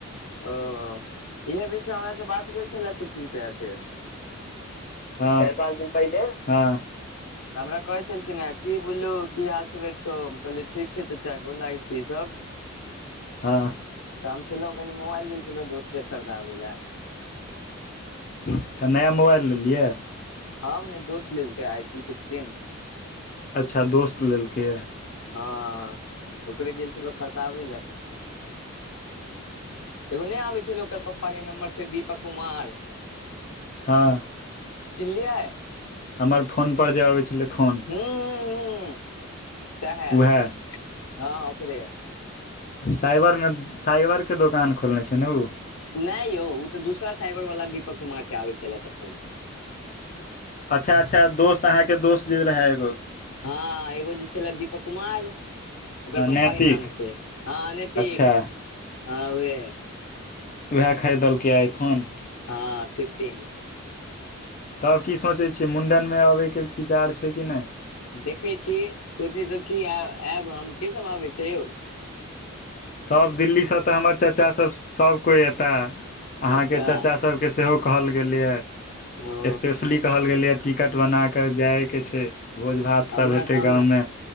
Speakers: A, on the left; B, on the left.
A: ओ इहे बीचमे हमरा से बात भेल छल पुस्टिंग चाचा से
B: हँ चारि पाँच दिन पहिले हँ
A: तऽ हमरा कहै छलखिन हैय कि बोललू की हाल सुवेत छौहम कहलीयै ठीक छै चाचा गोर लागै छै सब
B: हँ
A: तऽ हम छलहु कनि मोबाइल गेल छलौ दोस्ते खरीदाबे लए
B: अच्छा नया मोबाइल लेलियै
A: ह नहि दोस्त लेलक आइफोन फिफ्टीन
B: अच्छा दोस्त लेलकै
A: हँ ओकरे गेल छलौ खरीदाबै लए एगो नहि आबै छलै ओकर पप्पाके नम्बरसँ दीपक कुमार
B: हँ
A: किनलियै
B: हमर फोन पर जे आबै छलै फोन
A: हू ह ह सएहै
B: उएह
A: हँ ओेकरे
B: साइबर मे साइबर के दोकान खोलने छै ने ओ
A: नहि यौ ओ तऽ दूसरा साइबरवालला दीपक कुमारके आबै छलए एखन
B: अच्छा अच्छा दोस्त अहाँके दोस्त जे रहै एगो
A: हँ एगो जे छल दीपक कुमार ओकर पप्पा
B: नैतिक
A: के नाम छै हँ नीतिक
B: अच्छा
A: हँ उहे
B: उएह खरीदलकै आइ फोन
A: हँ फिफटीन
B: तब की सोचै छियै मुंडन मे अबै के विचार छै कि नहि
A: देखै छी सोचै तऽ छी आयब हम केसभ आबै छै यौ
B: तभ दिल्लीसँ तऽ हमर चाचा सब सभ कोइ एता अहाँके
A: अच्छा
B: चाचा सबके सेहो कहल गेलैए
A: ओ
B: स्पेशली कहल गेलैए टिकट बना कऽ जाय के छै भोज भात
A: हमरा
B: सब हेतै
A: तऽ
B: गाँवमे
A: हम